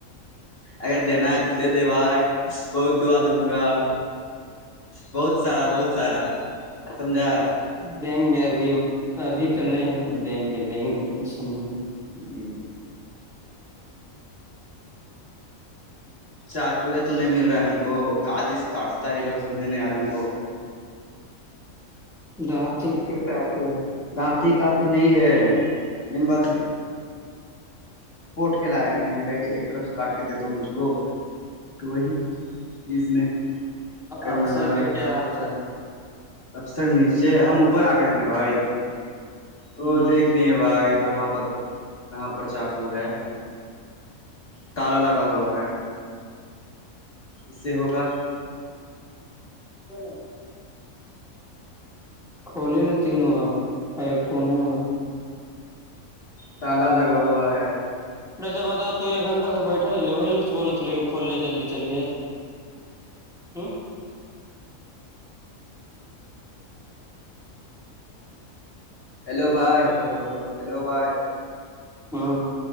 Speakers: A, on the left (about 45°); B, in the centre.
A: اگر دینا ہے تو دے دے بھائی بہت دعا دوں گا بہت سارا بہت سارا سمجھا
B: دیں گے ابھی ابھی تو نہیں ہے پر دیں گے دیں گے ٹینشن نہیں
A: جی چاکوے تو نہیں مل رہا ہے ہم کو کاانچی سے کاٹتا ہے یہ لوگ سمجھ نہیں آ رہا ہے ہم کو
B: دا
A: د کافی ہے دانتی کافی نہیں ہےان بات اپورٹ کے لائے نے کہ کہ ایک طرف سے کاٹ کے دے دو مجھ کو تو وہی چیز نے کرنا
B: ابسر
A: ہے ب
B: کا
A: ہے
B: کیا حال چال
A: افسر نیچے ہم اوپر آ گئے ہیں نا بھائی
B: ہے؟
A: تو دیکھنی ہے بھائی کہاں پر پ کہاں پر چاقو ہے تالا لگا ہوا ہے اس سے ہوگا
B: چلو کولی تینوں آ ایکٹھون ہو
A: تالا لگا ہوا ہے
B: سا بتا تو ایک گھنٹہ سے بیٹھل بے کول لے جلدی چلیے ہوں
A: ہیلو
B: غصے
A: بھائی
B: چڑھے لگا
A: ہیلو بھائی
B: ہوں